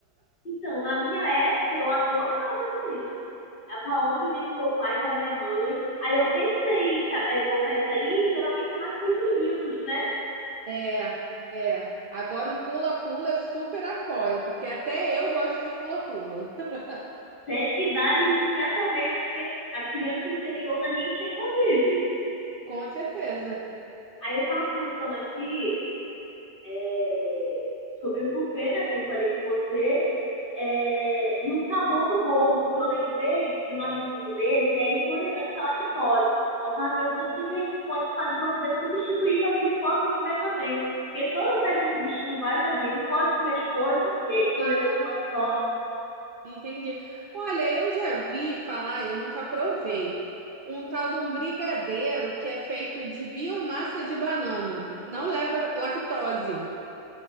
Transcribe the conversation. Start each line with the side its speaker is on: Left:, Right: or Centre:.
Left: Então, na minha época, eu adorava, menina. É pra onde eu ia com meu pai, com a minha mãe. Aí eu pensei em cha- eh, botar isso aí, geralmente é mais pros meninos, né?
Right: É, é. Agora o pula-pula eu super apoio, porque até eu gosto de pula-pula. <laughs>
Left: Sempre que dá, a gente quer também, né? Porque a criança interior da gente ainda vive.
Right: Com certeza.
Left: Aí eu tava pensando aqui é, sobre o buffet, né, que eu falei com você, é, e o sabor do bolo, porque eu lembrei de um amiguinho dele que é intolerante à lactose. Eu estava pensando o que, que a gente pode fazer para poder substituir para que ele possa comer também. Porque toda festa que o bichinho vai, tadinho, não pode comer as coisas, porque é intolerante
Right: Ah,
Left: à lactose.
Right: tá. Entendi. Olha, eu já vi falar, eu nunca provei, um tal de um brigadeiro que é feito de biomassa de banana. Não leva lactose.